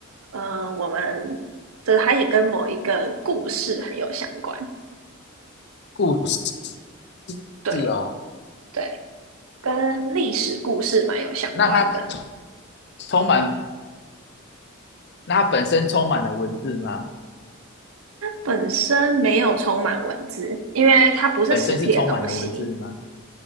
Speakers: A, on the right; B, on the left.
A: 嗯、呃我们这它也跟某一个故事很有相关，
B: 故事哦。
A: 对对，跟历史故事蛮有相关的。
B: 那它充满，那它本身充满了文字吗？
A: 本身没有充满文字，因为它不是实体的东西，
B: 本身是充满了文字吗？